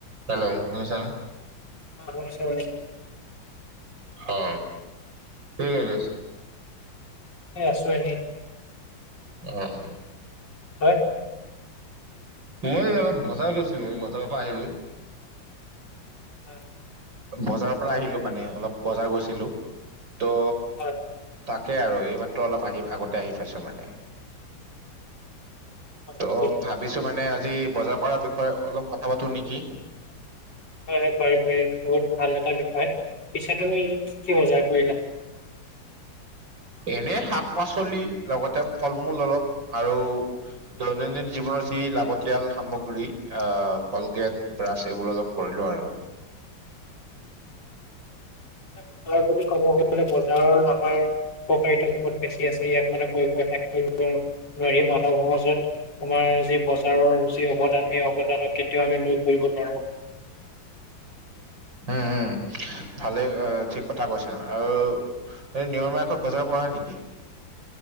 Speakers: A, on the right (about 65°); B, on the left (about 60°).
A: হেল্ল' শুনিছা নে
B: অ শুনিছো শুনিছো
A: অ কি কৰি আছ
B: এই আছো এনেই
A: উম
B: তই
A: মই অলপ বজাৰ গৈছিলো এই বজাৰৰ পৰা আহিলো
B: হয়
A: বজাৰৰ পৰা আহিলো মানে অলপ বজাৰ গৈছিলো ত
B: হয়।
A: তাক তাকে আৰু এই মাত্ৰ অলপ আহি আগতে আহি পাইছো মানে
B: কি কি বজাৰ
A: ত
B: কৰিলা?
A: ভাবিছো মানে আজি বজাৰ কৰাৰ বিষয়ে অলপ কথা পাতো নেকি
B: হয় পাৰি পাৰি এইটো বহুত ভাল এটা হয় পিছে তুমি কি বজাৰ কৰিলা
A: এনে শাক পাচলি লগতে ফল মূল অলপ আৰু দৈনন্দিন জীৱন যি লাগতিয়াল সামগ্ৰী আহ কলগেট ব্ৰাছ এইবোৰ অলপ কৰিলো আৰু
B: বজাৰ বুলি ক'ব গলে বজাৰৰ আমাৰ উপকাৰিতা বহুত বেছি আছে ইয়াক মানে কৈ কৈ শেষ কৰিব নোৱাৰি মানৱ সমাজত তোমাৰ যি বজাৰৰ যি অৱদান সেই অৱদানক কেতিয়াও আমি লৈ কৰিব নোৱাৰো
A: উম, উম ভালে ঠিক কথা কৈছা আৰু নিয়মাৰকত বজাৰ কৰা নেকি